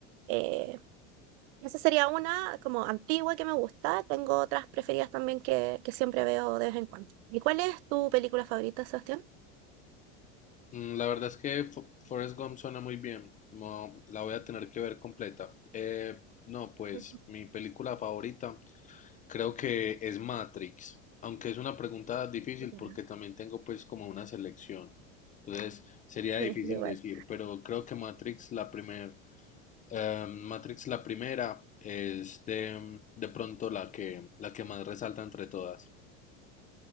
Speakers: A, on the right; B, on the left.
A: eh, esa sería una como antigua que me gusta. Tengo otras preferidas también que, que siempre veo de vez en cuando. ¿Y cuál es tu película favorita, Sebastián?
B: Mm, la verdad es que Fo- Forrest Gump suena muy bien. No, la voy a tener que ver completa. Eh, no, pues
A: <laughs>
B: mi película favorita creo que es Matrix. Aunque es una pregunta difícil
A: Ya,
B: porque también tengo pues como una selección. Entonces sería
A: sí,
B: difícil
A: yo igual.
B: decir, pero creo que Matrix la primera Eh, Matrix, la primera, es de, de pronto la que, la que más resalta entre todas.